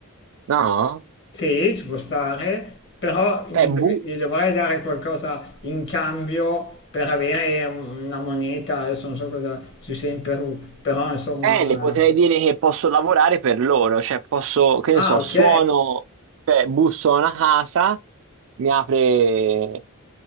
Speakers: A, on the right; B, on the left.
A: No?
B: Sì, ci può stare, però gli,
A: Eh, bu-
B: deve- gli dovrei dare qualcosa in cambio per avere un- una moneta, adesso non so cosa ci sia in Perù, però insomma...
A: Eh, le potrei dire che posso lavorare per loro, cioè posso, che ne
B: Ah,
A: so,
B: ok,
A: suono,
B: ci
A: cioè busso a una casa, mi apre